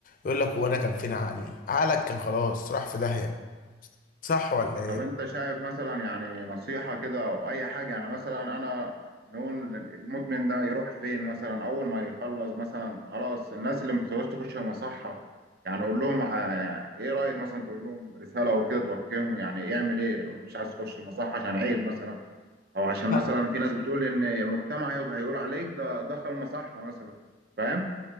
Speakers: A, on the left; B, on the right.
A: يقول لك هو انا كان فين عقلي عقلك كان خلاص راح في داهية صح ولا ايه
B: طب انت شايف مثلا يعني نصيحة كده او اي حاجة يعني مثلا انا نقول المدمن ده يروح فين مثلا اول ما يخلص مثلا خلاص الناس اللي محتاجاش تخش المصحة يعني اقول لهم ع- ايه رأيك مثلا تقول لهم رسالة او كده توجههم يعني يعمل ايه لو انت مش عايز تخش المصحة عشان عيب مثلا او عشان
A: لا
B: مثلا في ناس بتقول ان المجتمع هيقعد- هيقول عليك ده دخل مصحة مثلا فاهم